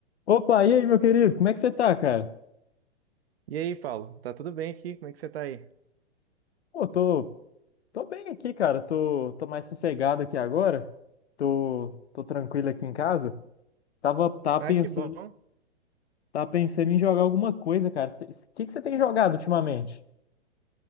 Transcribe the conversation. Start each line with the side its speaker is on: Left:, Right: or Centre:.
Left: Opa, e aí, meu querido? Como é que você tá, cara?
Right: E aí, Paulo? Tá tudo bem aqui? Como é que você tá aí?
Left: Pô, tô, tô bem aqui, cara. Tô, tô mais sossegado aqui agora. Tô, tô tranquilo aqui em casa. Tava, tava
Right: Ah,
Left: pensando,
Right: que bom.
Left: tava pensando em jogar alguma coisa, cara. O que que você tem jogado ultimamente?